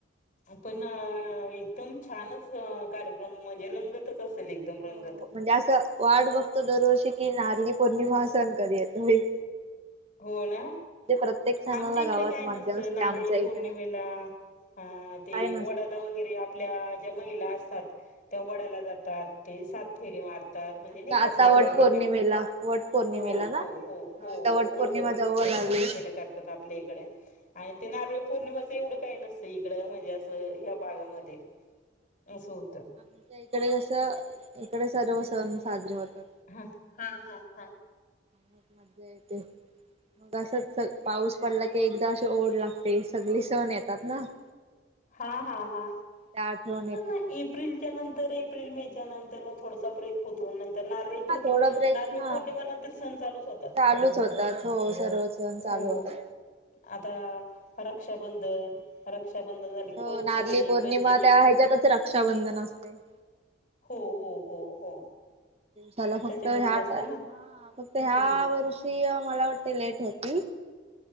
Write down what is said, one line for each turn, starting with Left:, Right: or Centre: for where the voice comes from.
Left: पण एकदम छानच कार्यक्रम म्हणजे रंगतच असेल एकदम
Right: हो
Left: रंगत.
Right: म्हणजे असं वाट बघतो दरवर्षी की नारली पौर्णिमा सण कधी येतोय.
Left: हो ना.
Right: प्रत्येक सणाला
Left: आमच्या इकडे
Right: गावात
Left: काय नसतं
Right: मज्जा असते
Left: नारळी
Right: आमच्या इकडे
Left: पौर्णिमेला अ
Right: काय
Left: ते
Right: नसतं
Left: वडाला
Right: का.
Left: वगैरे आप आपल्या ज्या महिला असतात त्या वडाला जातात ते सात फेरी मार तात म्हणजे
Right: अच्छा
Left: नाही
Right: आता
Left: का आस
Right: वट
Left: हे
Right: पौर्णिमेला
Left: करतात.
Right: वट पौर्णिमेला
Left: हो
Right: ना
Left: हो हो
Right: हा
Left: हो
Right: आता
Left: हो
Right: वट पौर्णिमा
Left: वळ पोर्णिमा
Right: जवळ
Left: वड
Right: लागली.
Left: पौर्णिमेला करतात आपल्या इकडे आणि ते नारळी पौर्णिमाच एवढं काही नसते इकडे म्हणजे असं या भागामध्ये असं होत.
Right: आ इकडे कस इकडे सर्व सण साजरे होतात.
Left: ह हा हा हा.
Right: म मज्जा येते. मग असं पाऊस पडला की एकदा अशी ओढ लागते सगळी सण येतात ना. <inaudible>
Left: हा हा हा.
Right: त्या आठवनीत
Left: नाही एप्रिलच्या नंतर एप्रिल मे च्या नंतर मग थोडासा ब्रेक होतो नंतर नारळी पौर्णिमा.
Right: हा थोडा ब्रेक
Left: नारळी
Right: हा
Left: पौर्णिमा नंतर सण चालूच होतात.
Right: चालूच होतात हो सर्व सण चालू
Left: हो.
Right: होतात.
Left: आता रक्षाबंधन रक्षाबंधन झाले
Right: हो
Left: पंचमी
Right: नारली पौर्णिमा
Left: पंचमी
Right: त्या ह्याच्यातच रक्षाबंधन असते.
Left: हो हो हो हो.
Right: त्याला फक्त
Left: त्याच्यामध्येच
Right: ह्या
Left: असते ना
Right: फक्त ह्या
Left: हम्म
Right: वर्षी ती मला वाटती लेट होती.